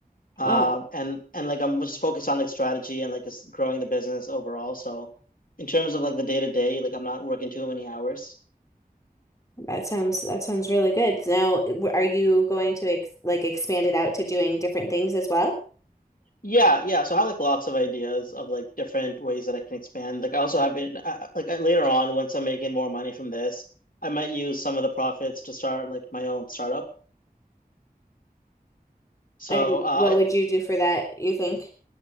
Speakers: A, on the left; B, on the left.
A: Um,
B: wow,
A: and and like I'm just focused on like strategy and like just growing the business overall. So in terms of like the day to day, like I'm not working too many hours.
B: that sounds that sounds really good. Now, w- are you going to ex like expand it out to doing different things as well?
A: Yeah, yeah. So I have like lots of ideas of like different ways that I can expand. Like I also have in, uh, like uh, later on once I'm making more money from this, I might use some of the profits to start like my own startup. So
B: And
A: uh,
B: what would
A: I
B: you do for that, you think?